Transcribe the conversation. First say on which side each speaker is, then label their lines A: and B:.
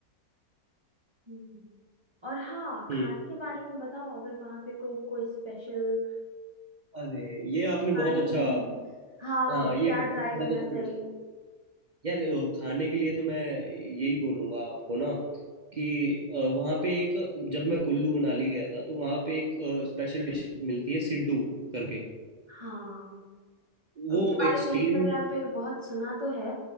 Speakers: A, on the right; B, on the right.
A: हम्म। और हाँ
B: हम्म
A: खाने के बारे में बताओ अगर वहाँ पे कोई कोई स्पेशल
B: अरे ये आपने
A: खाने
B: बहुत अच्छा
A: की चीज हाँ
B: हाँ ये
A: क्या
B: बहुत
A: ट्राई
B: बहुत
A: करना
B: अच्छा
A: चाहिए
B: बोला। यार अ, खाने के लिए तो मैं यही बोलूंगा आपको ना कि अ, वहाँ पे एक जब मैं कुल्लू मनाली गया था तो वहाँ पे एक स्पेशल डिश मिलती है सिड्डू करके
A: हाँ
B: वो
A: उसके बारे
B: एक स्टीम्ड
A: में इंस्टाग्राम पे बहुत सुना तो है